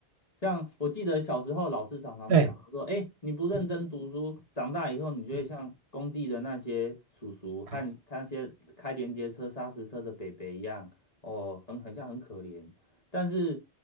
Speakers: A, on the left; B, on the right.
A: 像我记得小时候老师常常讲说，
B: 对，
A: 哎，你不认真读书，
B: 嗯
A: 长大以后你就会像工地的那些叔叔和那些开连接车、
B: 嗯，哎，
A: 砂石车的北北一样，哦，很很像很可怜。但是